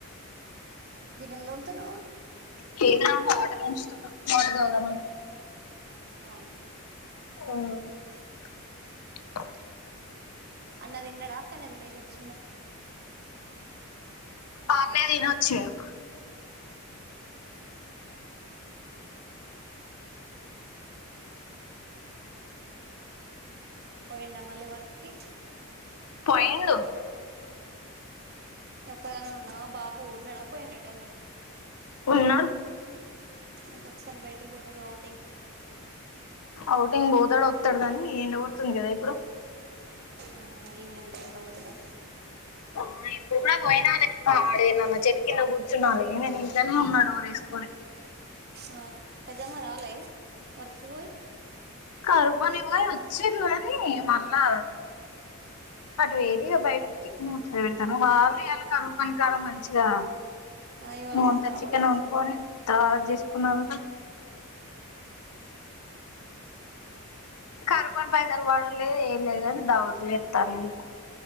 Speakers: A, on the right; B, on the left.
A: గిన్నెలు తొంతున్నావా.
B: లేదురా వాటర్ వంచుతున్నా వాటర్ తాగుదామని.
A: అవును.
B: ఆ.
A: అన్న తిన్నాడ అక్కడనే తినేశి ఒచ్చిండ.
B: అన్నే తిని ఒచ్చిండు.
A: పోయిండా మళ్ళీ వర్క్ కి.
B: పెయిండు
A: ఒక్కదనివే ఉన్నావా బాపూ ఉన్నాడ పోయిండా ఏటన్నా
B: ఉన్నాడు
A: ఇంకొకసారి బయటికి పోతాడుగా ఔటింగ్
B: ఔటింగ్ పోతడు ఒత్తడు గానీ ఎండ గోడుతుంది కదా ఇప్పుడు
A: ఆ ఈవనింగ్ టైమ్ ల వోతడా
B: ఆ ఇప్పుడు కూడా పోయిన ఆడేనన్న చెట్టు కింద కూర్చున్నాలి నేను ఇంట్లోనే ఉన్నా డోరేసుకొని
A: ఆ పెద్దమ్మ రాలే వర్క్ కు వోయి
B: కరువు పనికి పోయి ఒచ్చిరు కానీ మళ్ళా వెయ్యిరు ఇగ బయటికి ముచ్చట వేడుతళ్ళు వాళ్ళు ఇగ కరువ్ పని కాడ మంచిగా
A: ఆ ఇవాళ
B: ముంత
A: ఏదో దావత్
B: చికెన్
A: అన్నారు
B: వండుకొని దావత్ చేసుకున్నారటా కరువ్ పని పైసాలు పడుడులేదు ఏంలేద్ గని దవతుల్ ఏత్తలుఇల్లు